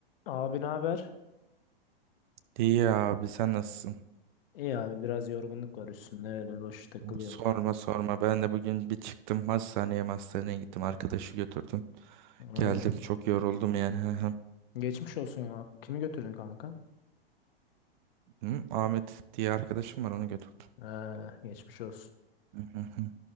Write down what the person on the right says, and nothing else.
İyi abi sen nasılsın?
Sorma sorma ben de bugün bir çıktım hastaneye hastaneye gittim arkadaşı götürdüm.
Geldim çok yoruldum yani. Hı hı.
Hı, Ahmet diye arkadaşım var onu götürdüm.
Hı hı hı.